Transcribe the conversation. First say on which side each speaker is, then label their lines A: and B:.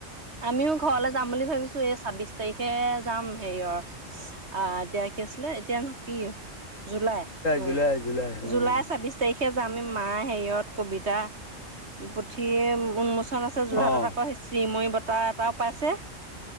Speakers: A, on the right; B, on the left.
A: আমিও ঘৰলৈ যাম বুলি ভাবিছো এই ছাব্বিশ তাৰিখে যাম হেৰিয়ৰ- আহ', এতিয়া কি আছিলে, এতিয়া কি, জুলাই উমঁ
B: জুলাই জুলাই অঁ
A: জুলাই চাব্বিশ- তাৰিখে যাম মাঁ হেৰিয়ত কবিতা পুথিয়ে উন্মোচনত- আছে। যোৰহাটত
B: অ',
A: আকৌ শ্ৰীময়ী বতাহ এটাও পাইছে।